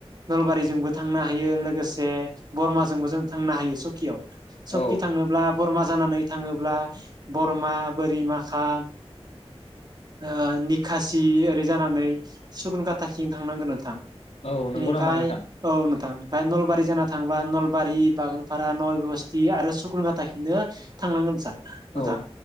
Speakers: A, on the right (about 40°); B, on the left (about 80°).
A: नलबारिजोंबो थांनो हायो लोगोसे बरमाजोंबो जों थांनो हायो सकियाव स
B: औ
A: सखि थांनोब्ला बरमा जानानै थाङोब्ला बरमा बोरि माखा ओ निखासि ओरै जानानै सुकुनकाताखं थांनांगोन नोंथां।
B: औ नंगौ
A: बेनिफ्राय
B: नामा नोंथां?
A: औ नोंथां ओमफ्राय नलबारि जाना थांबा नलबारि बागानफारा नय बस्थि आरो सुकुनकाताखंनो थांनांगोन नों सार
B: औ
A: नोंथां।